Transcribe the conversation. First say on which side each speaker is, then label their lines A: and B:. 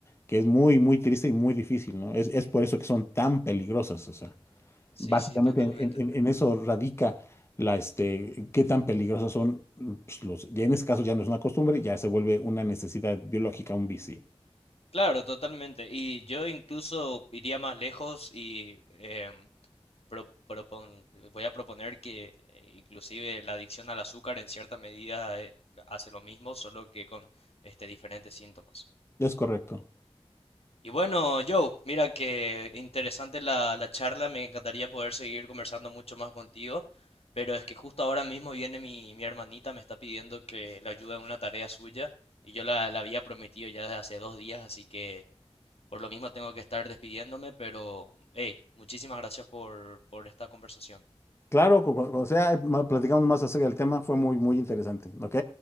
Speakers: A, on the left; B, on the left.
A: que es muy, muy triste y muy difícil, ¿no? Es, es por eso que son tan peligrosas. O sea,
B: Sí,
A: básicamente
B: sí, totalmente.
A: en, en- en- en eso radica la, este, qué tan peligrosas son pues, los. Ya en ese caso ya no es una costumbre, ya se vuelve una necesidad biológica, un vicio.
B: Claro, totalmente. Y yo incluso iría más lejos y em, pro- propon- voy a proponer que eh, inclusive la adicción al azúcar en cierta medida eh, hace lo mismo, solo que con este, diferentes síntomas.
A: Es correcto.
B: Y bueno, Joe, mira que interesante la, la charla, me encantaría poder seguir conversando mucho más contigo, pero es que justo ahora mismo viene mi, mi hermanita, me está pidiendo que le ayude en una tarea suya y yo la, la había prometido ya desde hace dos días, así que por lo mismo tengo que estar despidiéndome, pero hey, muchísimas gracias por, por esta conversación.
A: Claro, cu- cu- cuando sea, ma- platicamos más acerca del tema, fue muy, muy interesante. ¿Ok?